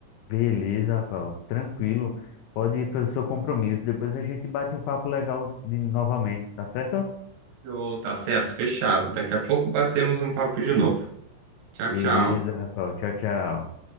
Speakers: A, on the left (about 85°); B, on the right (about 70°).
A: Beleza, Rafael. Tranquilo. Pode ir para o seu compromisso. Depois a gente bate um papo legal de novamente, tá certo?
B: Ô, tá certo, fechado. Daqui a pouco batemos um papo de novo. Tchau,
A: Beleza,
B: tchau.
A: Rafael. Tchau, tchau.